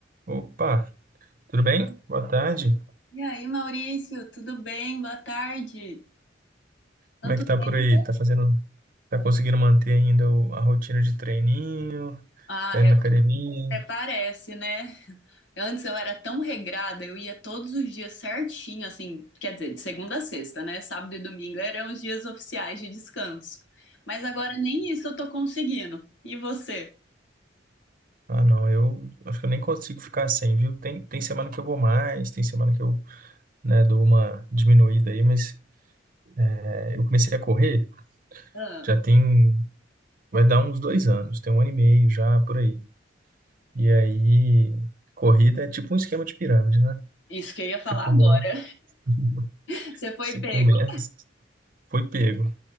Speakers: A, on the right; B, on the left.
A: Opa, tudo bem? Boa tarde.
B: E aí, Maurício, tudo bem? Boa tarde. Quanto
A: Como é que tá
B: tempo?
A: por aí? Tá fazendo, tá conseguindo manter ainda o- a rotina de treininho?
B: Ah,
A: Tá indo
B: eu-
A: na academia?
B: até parece, né? Antes eu era tão regrada, eu ia todos os dias certinho, assim, quer dizer, de segunda a sexta, né? Sábado e domingo eram os dias oficiais de descanso. Mas agora nem isso eu tô conseguindo. E você?
A: Ah, não, eu acho que eu nem consigo ficar sem, viu? Tem, tem semana que eu vou mais, tem semana que eu, né, dou uma diminuída aí, mas é, eu comecei a correr,
B: Ah,
A: já tem, vai dar uns dois anos, tem um ano e meio já por aí. E aí, corrida é tipo um esquema de pirâmide, né?
B: isso que eu ia falar
A: Você começa,
B: agora.
A: <laughs>
B: <laughs> Você foi
A: você
B: pego.
A: começa, foi pego.